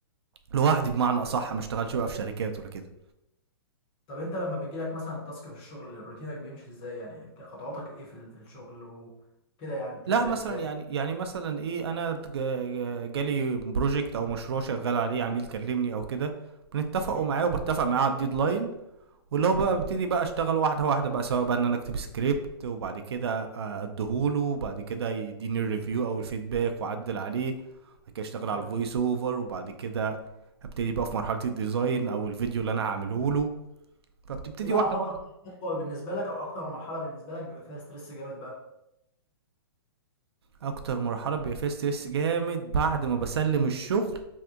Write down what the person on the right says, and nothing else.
لوحدي بمعنى اصح ما اشتغلش بقى في شركات ولا كده
لا مثلا
يعني يعني مثلا ايه انا ج- جالي بروجكت او مشروع شغال عليه عميل كلمني او كده بنتفقوا
معاه وبتفق معاه على الديدلاين واللي هو
بقى ببتدي بقى اشتغل واحده واحده بقى سواء بقى ان انا اكتب سكريبت وبعد كده آه، اديهوله وبعد كده يديني الريفيو او الفيدباك واعدل عليه بعد كده اشتغل
على الفويس اوفر وبعد كده ابتدي بقى في مرحله الديزاين او الفيديو اللي انا هعمله له فبتبتدي
واحده
واحده
اكتر مرحله بيبقى فيها ستريس جامد بعد ما بسلم الشغل